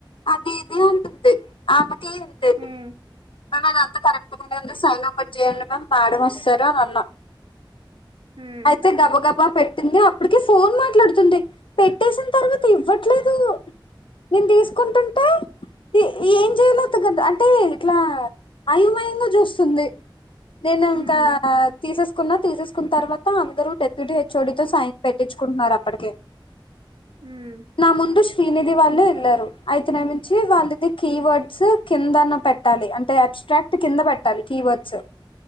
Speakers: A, on the left (about 80°); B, on the right (about 75°).
A: అది ఇది అంటుంది ఆమె <unintelligible>
B: ఉమ్,
A: అంత కరెక్ట్ గానే సైన్ ఔట్ చేయండి మమ్ మేడమ్ వస్తారు అని అన్న
B: ఉమ్,
A: అయితే గబ గబా పెట్టింది అప్పటికి ఫోన్ మాట్లాడుతుంది పెట్టేసిన తర్వాత ఇవ్వట్లేదు నేను తీసుకుంటుంటే తీ ఏం చేయలో తగద్ అంటే ఇట్లా అయో మయంగా చూస్తుంది నేను ఇంకా
B: ఉమ్,
A: తీసేస్ కున్నా తీసేసుకున్న తర్వాత అందరూ డెప్యూటీ హెచ్ఓడి తో సైన్ పెట్టించుకుంటున్నారు అప్పటికే
B: ఉమ్,
A: నా ముందు శ్రీనిధి వాళ్ళు వెళ్లారు అయితే నా <unintelligible> వాళ్ళది కీవర్డ్స్ కింద అన్న పెట్టాలి అంటే అబ్స్ట్రాక్ట్ కింద పెట్టాలి కీవర్డ్స్